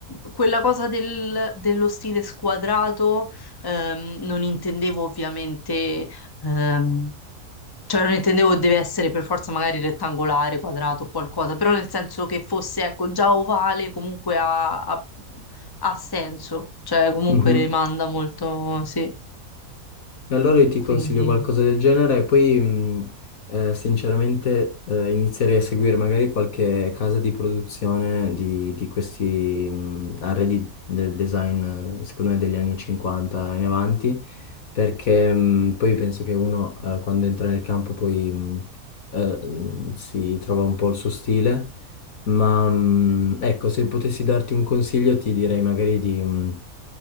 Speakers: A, on the left; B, on the left.
A: quella cosa del- dello stile squadrato, ehm, non intendevo ovviamente, ehm, cioè non intendevo deve essere per forza magari rettangolare, quadrato o qualcosa, però nel senso che fosse, ecco, già ovale comunque ha, ha- ha senso, cioè comunque
B: Mhm.
A: rimanda molto, sì,
B: E allora io ti
A: quindi,
B: consiglio qualcosa del genere e poi mh, eh, sinceramente eh, inizierei a seguire magari qualche casa di produzione di, di questi mh, arredi del design, eh, secondo me, degli anni 50 in avanti, perché mh, poi penso che uno eh, quando entra nel campo poi mh, eh, mh, si trova un po' il suo stile ma mm, ecco, se potessi darti un consiglio, ti direi magari di mm,